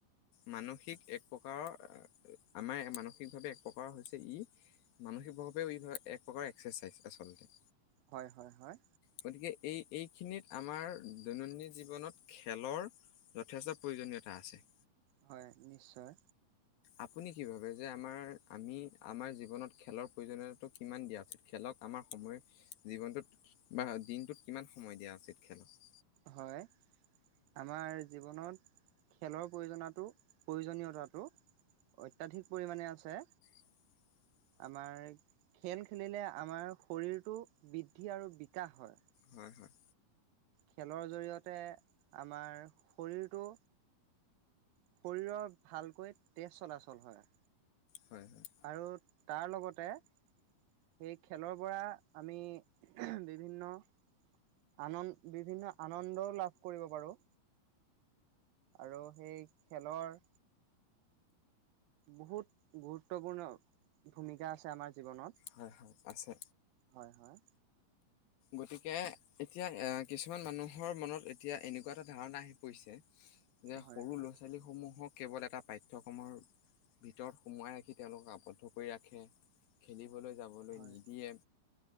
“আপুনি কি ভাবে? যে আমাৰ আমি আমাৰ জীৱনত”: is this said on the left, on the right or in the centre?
Left